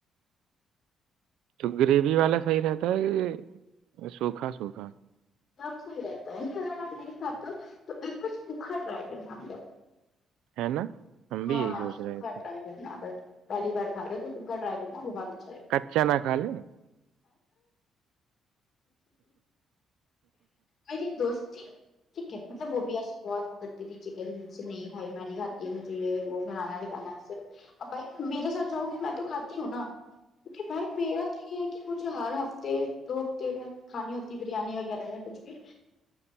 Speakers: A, on the right; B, on the left.
A: تو گریوی والا صحیح رہتا ہے کہ سوکھا سوکھا
B: س رہتا ہے اگر آپ نہیں خات تو ایک سا ڈرائٹر س لو
A: ہے نا ہم بھی
B: ہاں
A: یہی
B: ہاں
A: سوچ
B: سوکھا
A: رہے تھے
B: ٹرائی کرنا اگر پہلی بار کھا رہا تو سوکھا ٹرائی کرنا بہت اچا
A: کچا نہ خا لیں
B: مری دوستی ٹھیک ہے مطلب وہ بھی ایسسی بہت وہ کرتی تھی چکن سے نہیں بھائی میں نے کاتی ہے مے ج وہ کھانا نہیںکانا صرف بھائی میرے ساتھ چاہوں گی میں تو کھاتی ہوں نا کیونکہ بھائی میرا تو یہ ہے کہ مجھے ہر ہفتے دو ہفتے میں کھانی ہوتی بریانی وغیرہ کچھ بھی
A: <inaudible>